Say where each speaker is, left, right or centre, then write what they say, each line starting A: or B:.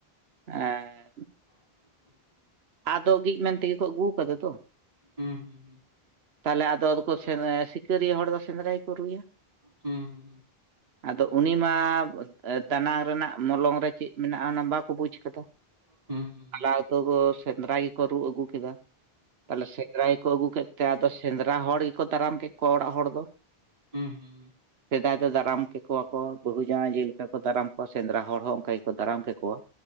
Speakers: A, on the right; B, on the right.
A: ᱮᱸ
B: <inaudible>
A: ᱟᱫᱚᱜᱤᱡ ᱢᱮᱱ ᱛᱮᱜᱮ ᱠᱚ ᱟᱹᱜᱩᱣ ᱠᱟᱫᱟ ᱫᱚ᱾
B: ᱦᱩᱸ ᱦᱩᱸ ᱦᱩᱸ
A: ᱛᱟᱞᱮ ᱟᱫᱚ ᱟᱫᱚᱠᱚ ᱥᱮᱸ ᱥᱤᱠᱟᱹᱨᱤᱭᱟᱹ ᱦᱚᱲ ᱫᱚ ᱥᱮᱸᱫᱽᱨᱟᱭ ᱜᱮᱠᱚ ᱨᱩᱭᱟ᱾
B: ᱦᱩᱸ ᱦᱩᱸ ᱦᱩᱸ
A: ᱟᱫᱚ ᱩᱱᱤ ᱢᱟ ᱫᱟᱱᱟᱝ ᱨᱮᱱᱟᱜ ᱢᱚᱞᱚᱝ ᱨᱮ ᱪᱮᱜ ᱢᱮᱱᱟᱜᱼᱟ ᱚᱱᱟ ᱵᱟᱠᱚ ᱵᱩᱡ ᱠᱟᱫᱟ᱾
B: ᱦᱩᱸ ᱦᱩᱸ ᱦᱩᱸ
A: ᱞᱟ ᱩᱛᱩ ᱠᱚ ᱥᱮᱸᱫᱽᱨᱟ ᱜᱮᱠᱚ ᱨᱩ ᱟᱹᱜᱩ ᱠᱮᱫᱟ᱾ ᱛᱟᱦᱞᱮ ᱥᱮᱸᱫᱽᱨᱟ ᱜᱮᱠᱚ ᱟᱹᱜᱩ ᱠᱮᱫ ᱛᱮ ᱟᱫᱚ ᱥᱮᱸᱫᱽᱨᱟ ᱦᱚᱲ ᱜᱮᱠᱚ ᱫᱟᱨᱟᱢ ᱠᱮᱜ ᱠᱚᱣᱟ ᱚᱲᱟᱜ ᱦᱚᱲ ᱫᱚ᱾
B: <unintelligible>
A: ᱥᱮᱫᱟᱭ ᱫᱚ ᱫᱟᱨᱟᱢ ᱠᱮᱠᱚᱣᱟ ᱠᱚ ᱵᱟᱹᱦᱩ ᱡᱟᱶᱟᱭ ᱡᱮᱞᱮᱠᱟ ᱠᱚ ᱫᱟᱨᱟᱢ ᱠᱚᱣᱟ ᱥᱮᱸᱫᱽᱨᱟ ᱦᱚᱲ ᱦᱚᱸ ᱚᱝᱠᱟ ᱜᱮᱠᱚ ᱫᱟᱨᱟᱢ ᱠᱮᱠᱚᱣᱟ᱾